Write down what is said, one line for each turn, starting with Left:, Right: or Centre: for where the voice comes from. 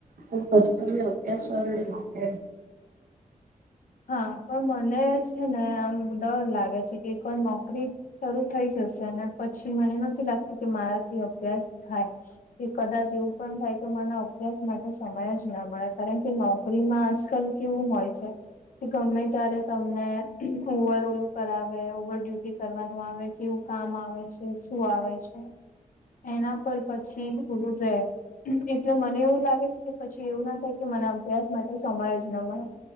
Right: પણ પછી તમે અભ્યાસ સરળી રાખ
Left: હા પણ મને છે ને આમ ડર લાગે છે કોય નોકરી શરૂ થઈ જશે અને પછી મને નથી લાગતું કે મારાથી અભ્યાસ થાય. કે કદાચ એવું પણ થાય કે મને અભ્યાસ માટે સમય જ ના મળે કારણ કે ન નોકરીમાં આજકાલ કેવું હોય છે. કે ગમે ત્યારે તમને ઓવર ઓલું કરાવે ઓવર ડ્યુટી કરવાનું આવે કેવું કામ આવે છે, શું આવે છે, એના પર પછી ઓલું રે એટલે મને એવું લાગે છે કે પછી એવું ના થાય કે મને અભ્યાસ માટે સમય જ ના મળે.